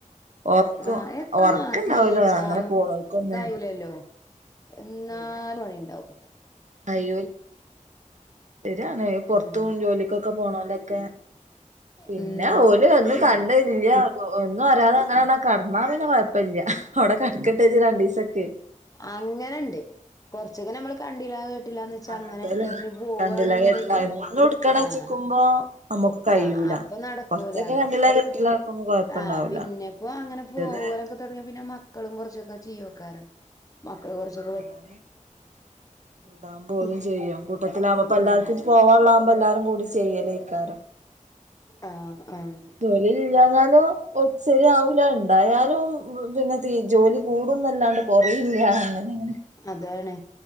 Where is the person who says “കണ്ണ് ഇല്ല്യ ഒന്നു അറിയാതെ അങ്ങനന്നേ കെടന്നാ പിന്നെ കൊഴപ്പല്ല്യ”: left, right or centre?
Right